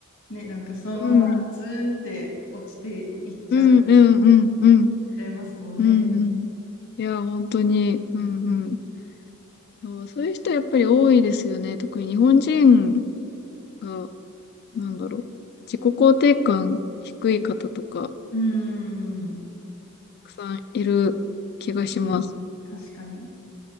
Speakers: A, on the left; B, on the left.
A: ね、なんかそのままズーンって落ちていっちゃう、
B: うん。うん、うん、
A: いっ
B: うん、うん、
A: ちゃいますもんね。
B: うん、うん。いや、本当に、うん、
A: うん。
B: うん。でもそういう人やっぱり多いですよね。特に日本人が、なんだろう、自己肯定感低い方とか、
A: うーん、
B: たくさんいる気がします。
A: 確かに。